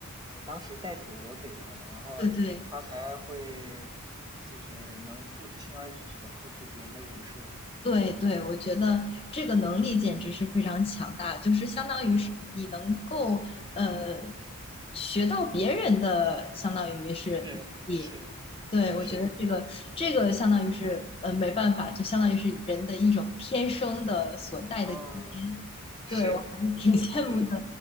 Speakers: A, on the right; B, on the left.
A: 呃当时带土给他的，然后他才会
B: 对对，
A: 就是能复轻而易举的复制别人的忍术。
B: 对对，我觉得这个能力简直是非常强大，就是相当于是你能够呃
A: 是，嗯，
B: 学到别人的，相当于是能力。
A: 是是
B: 对，我觉得这个这个相当于是呃没办法，
A: 是，
B: 就相当于是人的一种天生的所带的基因。
A: 嗯，是，
B: 对，我还是挺
A: 就对
B: <laughs> 羡慕的，